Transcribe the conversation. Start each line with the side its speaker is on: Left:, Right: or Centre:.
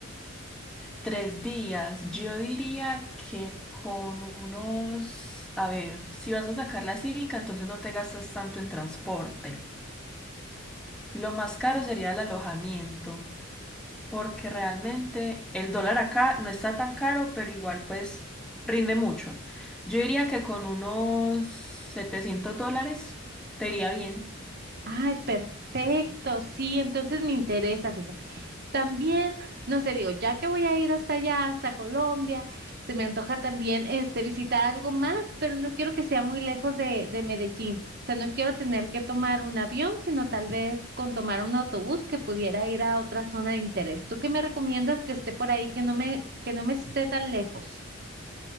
Centre: Tres días. Yo diría que con unos, a ver, si vas a sacar la cívica, entonces no te gastas tanto en transporte. Lo más caro sería el alojamiento, porque realmente el dólar acá no está tan caro, pero igual pues rinde mucho. Yo diría que con unos 700 dólares te iría bien.
Right: Ay, perfecto, sí, entonces me interesa, fíjate. También, no sé, digo, ya que voy a ir hasta allá, hasta Colombia, se me antoja también este visitar algo más, pero no quiero que sea muy lejos de, de Medellín. O sea, no quiero tener que tomar un avión, sino tal vez con tomar un autobús que pudiera ir a otra zona de interés. ¿Tú qué me recomiendas que esté por ahí, que no me, que no me esté tan lejos?